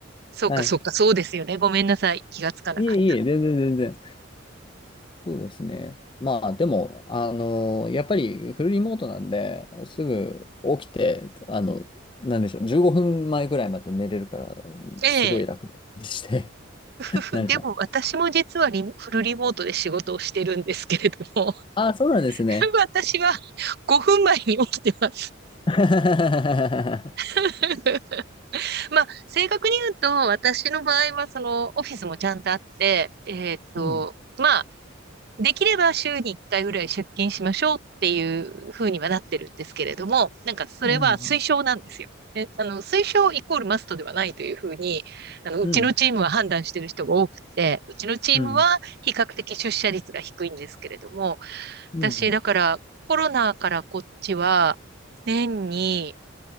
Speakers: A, on the right; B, on the left.
A: そうか、
B: はい。
A: そっか、そうですよね。ごめんなさい。気がつかなかっ
B: いえいえ、全然全然。そうですね。まあ、でも、あのやっぱりフルリモートなんで、すぐ起きて、あの、なんでしょう、15分前ぐらいまで寝れるから、
A: た。
B: すごい楽だったりして、
A: ええ
B: <laughs>
A: ふでも私も実はリモフルリモートで仕事をしてるんですけれども、
B: なんか、ああ、そうなんですね。
A: <laughs> 私は5分前に起きてます。
B: <laughs>
A: <laughs> まあ、正確に言うと、私の場合は、その、オフィスもちゃんとあって、えっと、
B: うん、
A: まあ、できれば週に1回ぐらい出勤しましょうっていう風にはなってるんですけれども、なんかそれは推奨なんですよ。
B: うん。
A: であの、推奨イコールマストではないという風に、あの、うちのチームは判断している人が多くて、
B: うん、
A: うちのチームは比較的出社率が低いんですけれども、
B: うん、うん、
A: 私、だからコロナからこっちは、年に